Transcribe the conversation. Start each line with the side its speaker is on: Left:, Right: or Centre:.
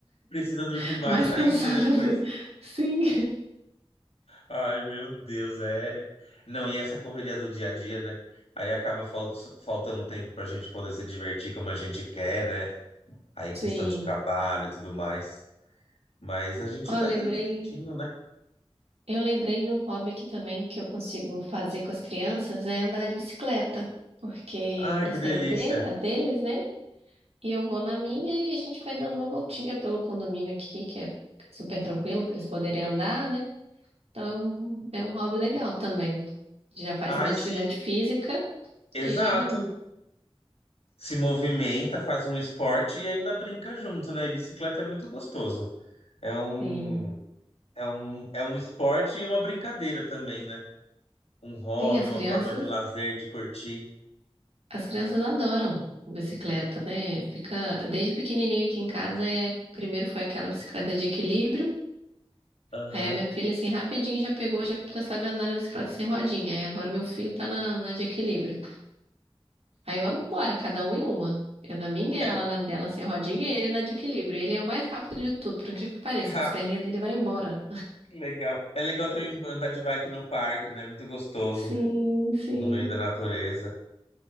Left: precisa dormir
Right: <laughs>
Left: mais
Right: mais
Left: ainda
Right: cansada.
Left: depois.
Right: Sim,
Left: Ai, meu Deus, é. Não, e essa correria do dia a dia, né? Aí acaba fal- faltando tempo pra gente poder se divertir como a gente quer, né? Aí
Right: sim.
Left: questão de trabalho e tudo mais. Mas a gente
Right: Ó,
Left: vai
Right: eu lembrei,
Left: dando um jeitinho, né?
Right: eu lembrei de um hobby aqui também que eu consigo fazer com as crianças, é andar de bicicleta, porque eles
Left: Ai, que delícia.
Right: têm o dele, a deles, né? E eu vou na minha e a gente vai dando uma voltinha pelo condomínio aqui, que é super tranquilo para eles poderem andar, né? Então, é um hobby legal também. Já faz
Left: Ai,
Right: uma atividade
Left: sim,
Right: física
Left: exato.
Right: e já,
Left: se movimenta, faz um esporte e ainda brinca junto, né? E bicicleta é muito gostoso. É um,
Right: sim.
Left: é um, é um esporte e uma brincadeira também, né? Um hobby,
Right: Sim, as
Left: uma
Right: crianças,
Left: forma de lazer, de curtir.
Right: as crianças adoram bicicleta, né? Fica desde pequenininho aqui em casa é, primeiro foi aquela bicicleta de equilíbrio.
Left: Aham.
Right: Aí a minha filha assim rapidinho já pegou, já, já sabe andar na bicicleta sem rodinha. Aí agora meu filho tá na, na de equilíbrio. Aí vamos embora, cada um em uma. Eu na minha,
Left: É,
Right: ela na dela sem rodinha e ele na de equilíbrio. Ele é o mais rápido de tudo, por incrível que pareça,
Left: <laughs>
Right: que as perninhas
Left: ah,
Right: dele vai embora.
Left: que legal. É legal também andar de bike no parque, né? Muito gostoso,
Right: Sim, sim.
Left: no meio da natureza.